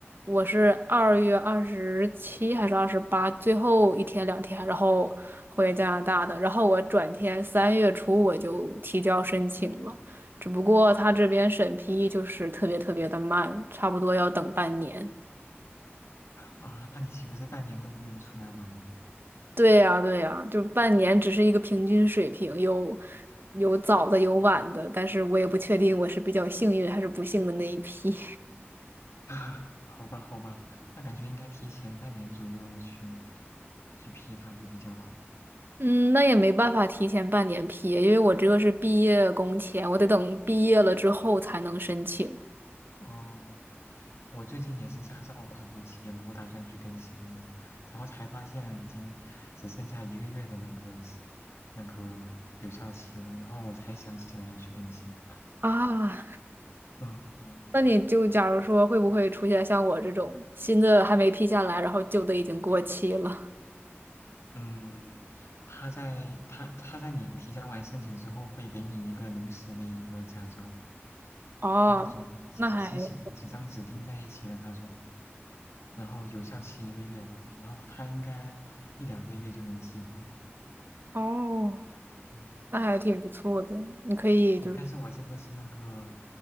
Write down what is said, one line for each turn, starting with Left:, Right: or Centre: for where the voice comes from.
Right: 我是二月二十七还是二十八最后一天两天，然后回加拿大的，然后我转天三月初我就提交申请了，只不过他这边审批就是特别特别的慢，差不多要等半年。
Left: 啊，那你岂不是半年都不能出来玩？
Right: 对呀，对呀，就半年只是一个平均水平，有有早的有晚的，但是我也不确定我是比较幸运还是不幸的那一批。
Left: <laughs> 啊，好吧，好吧，那感觉应该提前半年左右去去批它会比较好。
Right: 嗯，那也没办法提前半年批，因为我这个是毕业工签，我得等毕业了之后才能申请
Left: 哦，我最近也是驾照快过期了，我打算去更新的，然后才发现已经只剩下一个月的那个是那个有效期了，然后我才想起来要去更新。
Right: 啊。
Left: 嗯，嗯
Right: 那你就假如说会不会出现像我这种新的还没批下来，然后旧的已经过期了？
Left: 嗯，他在他他在你提交完申请之后，会给你一个临时的一个驾照，
Right: 哦，
Left: 就那种纸质型的，
Right: 那还
Left: 几张纸钉在一起的那种，然后有效期一个月吧，然后他应该一两个月就能寄过来。
Right: 哦，
Left: 嗯，
Right: 那还挺不错的，你可以就是
Left: 对，但是我这个是那个